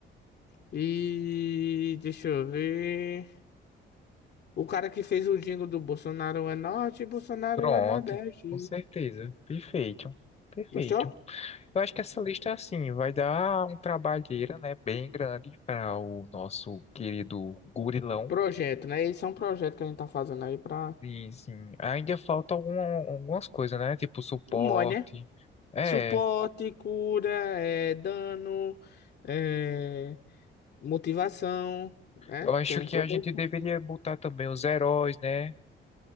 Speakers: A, on the left (about 55°); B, on the left (about 35°).
A: E. Deixa eu ver. O cara que fez o jingle do Bolsonaro é norte, Bolsonaro
B: Pronto,
A: é nordeste.
B: com certeza. Perfeito. Perfeito.
A: Gostou?
B: Eu acho que essa lista, é assim, vai dar um trabalheira, né, bem grande para o nosso querido gurilão.
A: Projeto, né? Esse é um projeto que a gente tá fazendo aí pra.
B: E, assim, ainda falta algum- algumas coisas, né, tipo suporte.
A: O MOI, né?
B: É,
A: Suporte, cura, é, dano, é, motivação, né?
B: eu acho
A: Tem
B: que
A: todo
B: a gente
A: esse.
B: deveria botar também os heróis, né,